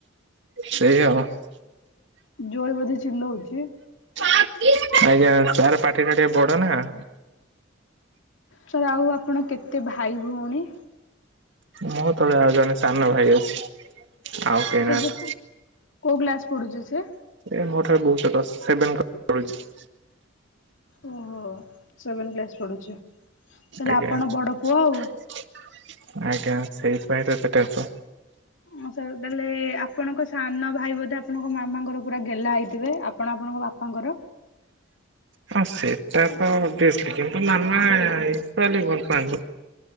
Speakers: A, on the right; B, on the left.
A: ସେଇ ଆଉ
B: ଜୋରେ ବୋଧେ ଚିଲଉଛି?
A: <inaudible> ଆଜ୍ଞା ତାର ପାଟି ଟା ଟିକେ ବଡ ନା
B: ସାର୍ ଆଉ ଆପଣ କେତେ ଭାଇ ଭଉଣୀ?
A: ମୋ ତଳେ ଆଉ ଜଣେ ସାନ ଭାଇ ଅଛି। ଆଉ କେହି
B: ସେ
A: ନାହାନ୍ତି
B: <unintelligible> କୋଉ କ୍ଲାସ ପଡୁଛି ସିଏ?
A: ଏ ମୋ ଠାରୁ ବହୁତ ଦଶ୍ <unintelligible>
B: ଓହୋ, ସେଭେନ କ୍ଲାସ ପଢୁଛି। ତାହେଲେ
A: ଆଜ୍ଞା,
B: ଆପଣ ବଡ ପୁଅ ଆଉ।
A: ଆଜ୍ଞା ସେଇଥିପାଇଁ ତ ଏତେ ଟେନ୍ସ
B: <unintelligible> ଆପଣଙ୍କ ସାନ ଭାଇ ବୋଧେ ଆପଣଙ୍କ ମାମାଙ୍କର ପୁରା ଗେଲା ହେଇଥିବେ, ଆପ୍ କଣ ଆପଣଙ୍କ ବାପାଙ୍କର
A: ହଁ ସେଟାତ ଓଭିଅସଲି କିନ୍ତୁ ମାମା ଏଟା ବି ଭଲପାଆନ୍ତି।